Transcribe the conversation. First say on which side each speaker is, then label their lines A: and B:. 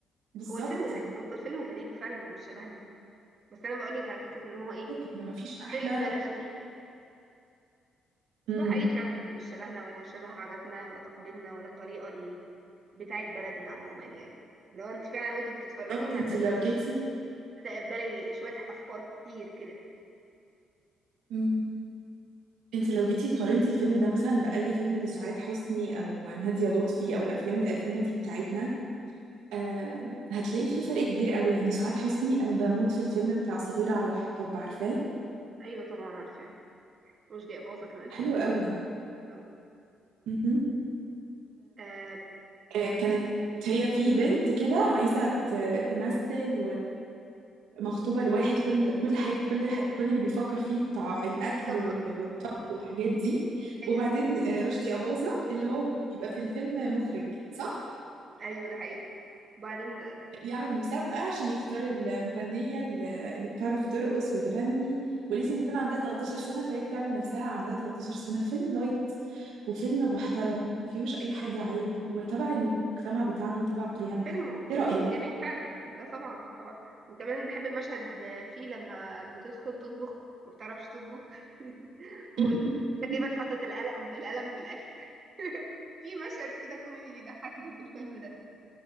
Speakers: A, on the right; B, on the right.
A: بالظبط
B: هو الفيلم غريب هو الفيلم غريب فعلا ومش شبهنا بس انا بقول لك على فكرة ان هو ايه
A: لك إن مفيش أحلى
B: فيلم خفيف بس
A: امم
B: هو حقيقي فعلا مش شبهنا ولا شبه عاداتنا ولا تقاليدنا ولا الطريقة ال... بتاعت بلدنا عموما يعني لو انت فعلا وانت بتتفرجي
A: بالظبط
B: ما
A: انت
B: تقدريش
A: لو جيتي
B: تتقبلي شوية افكار كتير كده
A: امم انت لو جيتي قارنتي الفيلم ده مثلا بأي فيلم لسعاد حسني أو نادية لطفي أو الأفلام القديمة دي بتاعتنا آم، هتلاقي في فرق كبير قوي يعني سعاد حسني أنا بموت في الفيلم بتاع صغيرة على الحب عارفاه
B: ايوه طبعا عارفاه رشدي اباظة كمان في
A: حلو
B: الفيلم
A: قوي
B: اه
A: مهم.
B: آه،
A: آه، كانت هي في بنت كده عايزة ت- تمثل ومخطوبة لواحد كل كل حاجة كل ح- كل اللي بيفكر فيه التع... الأكل
B: الطبخ
A: وال... والطبخ والحاجات دي
B: ايوه
A: وبعدين آه، رشدي أباظة اللي هو بيبقى في الفيلم مخرج صح؟
B: ايوه ده حقيقي وبعدين ده
A: بيعمل مسابقة عشان يختار المغنية اللي اللي بتعرف ترقص وتغني ولازم يكون عندها 13 سنة فهي بتعمل نفسها عندها 13 سنة فيلم لايت وفيلم محترم ما فيهوش أي حاجة عيب وتبع المجتمع بتاعنا وتبع قيمنا
B: فيلم
A: إيه
B: و-
A: رأيك؟
B: وجميل فعلا ده طبعا طبعا وكمان بحب المشهد فيه لما بتدخل تطبخ ما بتعرفش تطبخ <laughs> وتقريبا
A: <laughs>
B: حطت القلم القلم في الاكل <laughs> في مشهد كده كوميدي بيضحكني في الفيلم ده